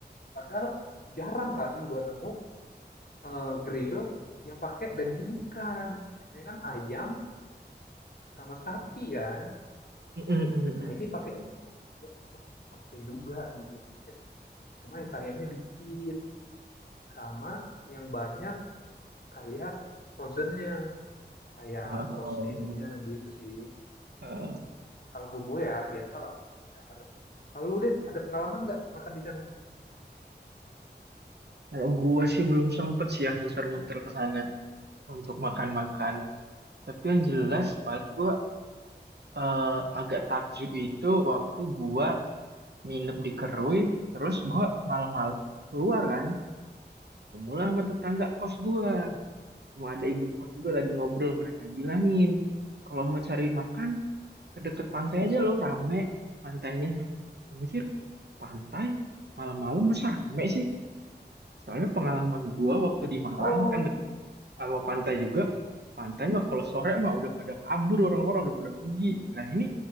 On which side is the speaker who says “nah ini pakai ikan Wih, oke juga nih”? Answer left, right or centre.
Left